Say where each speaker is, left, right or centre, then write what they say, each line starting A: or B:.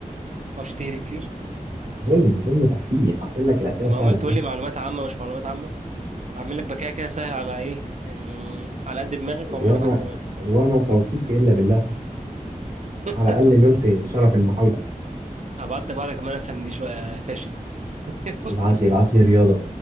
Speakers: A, on the right; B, on the right.
A: تبقاش تهري كتير
B: ظلم ظلم تحكيمي حاطط لك الأسئلة
A: طب
B: السهلة
A: ما عمال تقول
B: في الآخر
A: لي معلومات عامة مش معلومات عامة هعمل لك بكايه كده سهل على ايه يعني على قد دماغك
B: وما
A: واعمل لك واحده كمان
B: وما توفيقي إلا بالله صح
A: <laughs>
B: على الأقل نلت شرف المحاولة
A: هبعت لك واحده كمان اسهل من دي شويه فاشل <laughs> بص.
B: ابعت لي ابعت لي رياضة